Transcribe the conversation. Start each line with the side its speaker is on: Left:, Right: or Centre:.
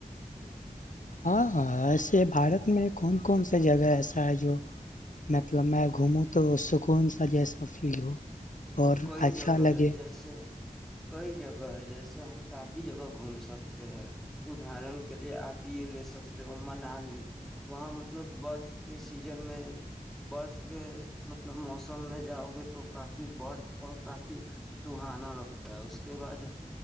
Left: ہاں ہاں ایسے بھارت میں کون کون سی جگہ ایسا ہے جو مطلب میں گھوموں تو سکون سا جیسا ا فیل ہو
Centre: اب
Left: اور
Centre: کئی
Left: اچھا
Centre: جگہ
Left: لگے
Centre: ہے جیسے کئی جگہ ہے جیسے ہم کافی جگہ گھوم سکتے ہیں ادرن کے لیے آپ پی لے سکتے ہو منال وہاں مطلب بڑ کے سیزن میں برف کے مطلب موسم میں جاؤ گے تو کافی کافی برف اور کافی سہانا لگتا ہے اس کے بعد